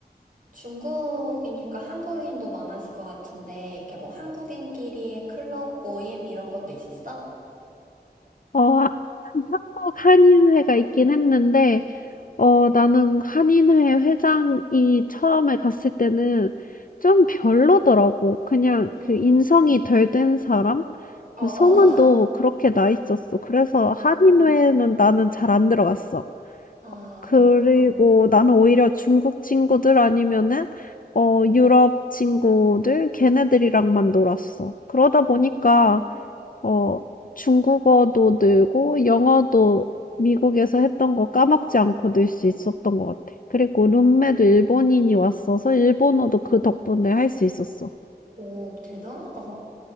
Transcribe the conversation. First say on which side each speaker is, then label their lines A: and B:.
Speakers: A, on the right; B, on the left.
A: 중국이니까 한국인도 많았을 것 같은데, 이렇게 뭐 한국인끼리의 클럽 모임 이런 것도 있었어?
B: 어, 하- 한국 한인회가 있긴 했는데 어 나는 한인회 회장이 처음에 갔을 때는 좀 별로더라고. 그냥
A: 음,
B: 그 인성이 덜 된 사람?
A: 어,
B: 그 소문도
A: <laughs>
B: 그렇게 나 있었어. 그래서
A: 어,
B: 한인회는 나는 잘 안 들어갔어.
A: 아,
B: 그리고 나는 오히려 중국 친구들 아니면은 어 유럽 친구들 걔네들이랑만 놀았어. 그러다
A: 음,
B: 보니까 어, 중국어도 늘고 영어도 미국에서 했던 거 까먹지 않고 늘 수 있었던 것 같아. 그리고 룸메도
A: 오,
B: 일본인이 왔어서 일본어도 그 덕분에 할 수 있었어.
A: 오, 대단하다.